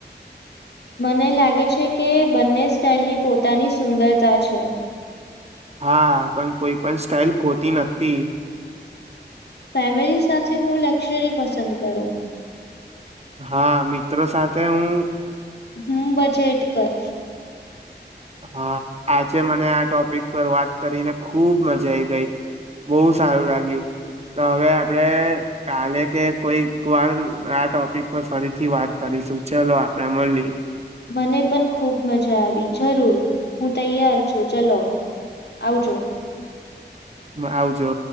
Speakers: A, on the left; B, on the right.
A: મને લાગે છે કે બંને સ્ટાઈલની પોતાની સુંદરતા છે.
B: હા, પણ કોઈ પણ સ્ટાઇલ ખોતી નથી.
A: ફેમિલી સાથે હું લક્સરી પસંદ કરું.
B: હા, મિત્રો સાથે હું
A: હું બજેટ કરુ.
B: હા, આજે મને આ ટોપિક પર વાત કરીને ખુબ મજા આઈ ગઈ, બહુ સારું લાગ્યું, તો હવે આપણેે કાલે કે કોઈક વાર આ ટોપિક પર ફરીથી વાત કરીશું, ચલો આપણેે મળીએ.
A: મને પણ ખુબ મજા આવી, જરૂર હું તૈયાર છુ, ચલો આવજો.
B: હ, આવજો.